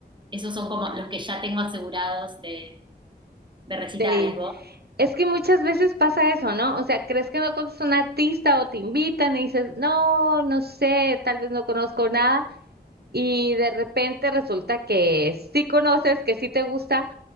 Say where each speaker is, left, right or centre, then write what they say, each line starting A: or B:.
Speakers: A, on the right; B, on the right.
A: Esos son como los que ya tengo asegurados de, de recitales,
B: De,
A: vos.
B: es que muchas veces pasa eso, ¿no? O sea, crees que no conoces a un artista o te invitan y dices, no, no sé, tal vez no conozco nada. Y de repente resulta que sí conoces, que sí te gusta